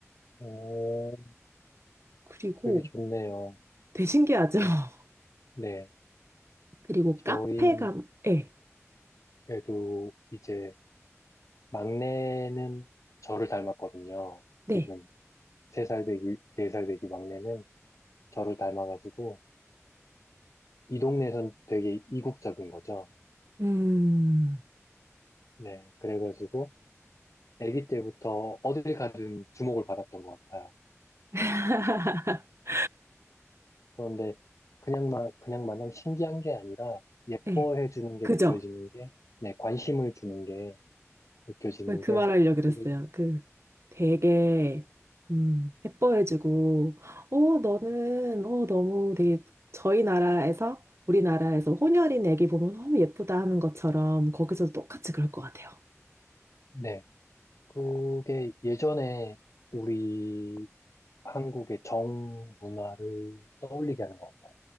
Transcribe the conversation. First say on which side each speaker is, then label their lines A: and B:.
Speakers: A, on the left; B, on the right.
A: 오,
B: 그리고
A: 되게 좋네요.
B: 되게 신기하죠? <laughs>
A: 네.
B: 그리고
A: 저희
B: 카페 감, 예,
A: 애도 이제 막내는 저를 닮았거든요.
B: 네.
A: 지금 세 살 되기, 네 살 되기 막내는 저를 닮아가지고 이 동네에선 되게 이국적인 거죠.
B: 음,
A: 네, 그래가지고 아기 때부터 어딜 가든 주목을 받았던 것 같아요.
B: <laughs>
A: 그런데 그냥 마, 그냥 마냥 신기한 게 아니라 예뻐해
B: 예,
A: 주는 게
B: 그죠?
A: 느껴지는 게, 네, 관심을 주는 게 느껴지는
B: 그
A: 게
B: 말하려고 그랬어요.
A: 되게,
B: 그 되게, 음, 예뻐해주고,
A: 예-
B: 어, 너는, 어, 너무 되게 저희 나라에서, 우리나라에서 혼혈인 애기 보면 너무 예쁘다 하는 것처럼 거기서도 똑같이 그럴 것 같아요.
A: 네, 그게 예전에 우리 한국의 정 문화를 떠올리게 하는 것 같아요.